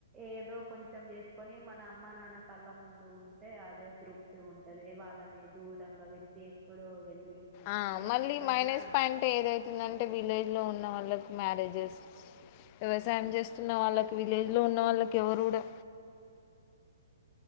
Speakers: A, on the right (about 20°); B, on the left (about 35°).
A: ఏదో కొంచెం చేసుకొని మన అమ్మ, నాన్న కళ్ళ ముందు ఉంటే అదే తృప్తి ఉంట ది వాళ్ళని దూరంగా పెట్టి ఎక్కడో వెళ్ళి
B: ఆ
A: అది
B: మళ్ళీ
A: వాటికన్నా
B: మైనస్ పాయింట్ ఏదైతుందంటే విలేజ్ లో ఉన్న వాళ్ళకు మ్యారేజెస్ వ్యవసాయం చేస్తున్న వాళ్ళకి విలేజ్ లో ఉన్న వాళ్ళకి ఎవరు కూడా
A: <inaudible>